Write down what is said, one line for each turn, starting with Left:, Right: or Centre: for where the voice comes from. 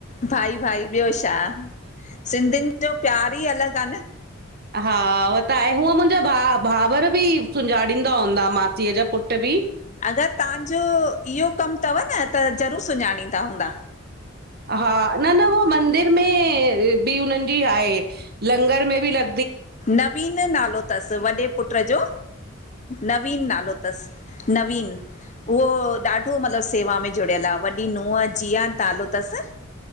Left: भाई भाई ॿियो छा। सिंधिनि जो प्यार ई अलॻि आ न।
Right: हा उह त आहे हूअ मुंहिंजा भा भावर बि सुञाणींदा हूंदा मासीअ जा पुट बि --
Left: अगर तहांजो इहो कमु तव न त ज़रूरु सुञाणींदा हूंदा।
Right: हा न न उह मंदिर में बि हुननि जी आहे, लंगर में बि ल
Left: नवीन नालो तस वॾे पुट जो, नवीन नालो तस। नवीन। उहो ॾाढो मतिलबु सेवा में जुड़ियल आ, वॾी नूंहं जीआ नालो तस